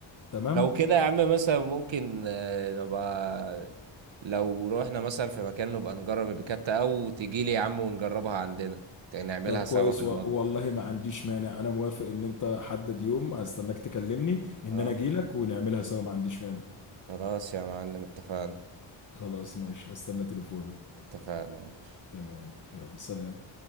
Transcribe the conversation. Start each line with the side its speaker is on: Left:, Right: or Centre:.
Left: تمام
Right: لو كده يا عم مثلا ممكن آه، نبقى لو رحنا مثلا في مكان نبقى نجرب البيكاتا او تجيلي يا عم ونجربها عندنا ت- نعملها
Left: طب
Right: سوا
Left: كويس
Right: في المطبخ
Left: و... والله ما عنديش مانع انا موافق ان انت حدد يوم هستناك تكلمني ان
Right: اه
Left: انا اجيلك ونعملها سوا ما عنديش مانع
Right: خلاص يا معلم اتفقنا
Left: خلاص ماشي هستنى تليفونك
Right: اتفقنا ماشي
Left: تمام يلا سلام